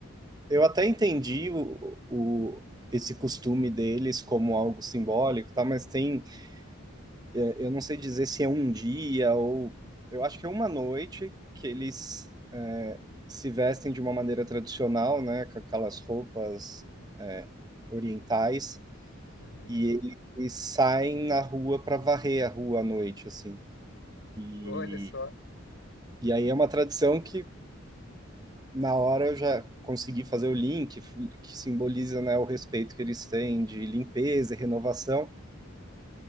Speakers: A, on the right (about 20°); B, on the left (about 65°).
A: Eu até entendi o, o, esse costume deles como algo simbólico, tá? Mas tem, é, eu não sei dizer se é um dia ou eu acho que é uma noite que eles é, se vestem de uma maneira tradicional, né? Com aquelas roupas é, orientais
B: Uhum.
A: e eles saem na rua para varrer a rua à noite, assim. E,
B: Olha só.
A: e aí é uma tradição que na hora eu já consegui fazer o link que simboliza né, o respeito que eles têm de limpeza e renovação,